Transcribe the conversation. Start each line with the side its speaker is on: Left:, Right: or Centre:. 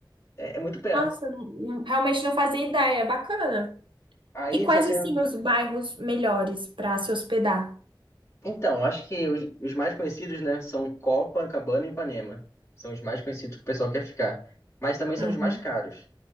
Left: é, é muito perto.
Right: Nossa, não- não- realmente não fazia ideia. Bacana.
Left: Aí
Right: E quais,
Left: se você
Right: assim, os bairros melhores para se hospedar?
Left: Então, acho que os, os mais conhecidos, né, são Copacabana e Ipanema. São os mais conhecidos que o pessoal quer ficar. Mas também são
Right: Uhum.
Left: os mais caros.